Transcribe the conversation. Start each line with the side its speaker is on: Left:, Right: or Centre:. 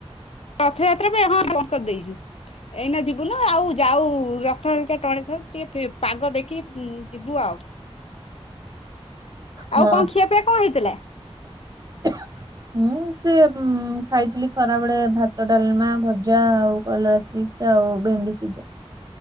Left: ରଥଯାତ୍ରା ପାଇଁ ହଁ ବନ୍ଦ୍ କରିଦେଇଛୁ ଏଇନା ଯିବୁନା ଆଉ ଯାଉ ରଥ ହେରିକା ଟଣା ସରୁ ଟିକେ ପି ପାଗ ଦେଖିକି ଯିବୁ ଆଉ
Right: ହଁ
Left: ଆଉ କଣ ଖିଆ ପିଆ କଣ ହେଇଥିଲା
Right: <inaudible> ହୁଁ ସେ ଖାଇଥିଲି ଖରା ବଳେ ଭାତ ଡାଲମା ଭଜା ଆଉ କଲରା ଚିପ୍ସ ଆଉ ଭେଣ୍ଡି ସିଝା